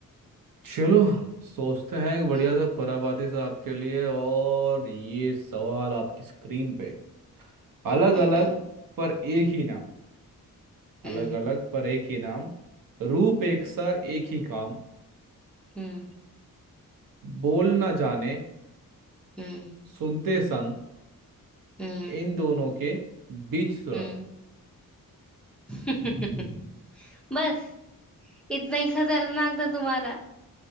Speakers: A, on the right; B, in the centre.
A: चलो सोचते हैं एक बढ़िया
B: हम्म
A: सा खुराबाती सा आपके लिए और ये सवाल आपकी स्क्रीन पे अलग
B: हम्म
A: अलग पर एक ही नाम अलग
B: हम्म
A: अलग पर एक ही नाम रूप एक सा एक ही काम
B: हम्म
A: बोल ना जाने
B: हम्म
A: सुनते संग
B: हम्म
A: इन दोनों के बीच सुरंग
B: हम्म। <laughs> बस इतना ही खतरनाक था तुम्हारा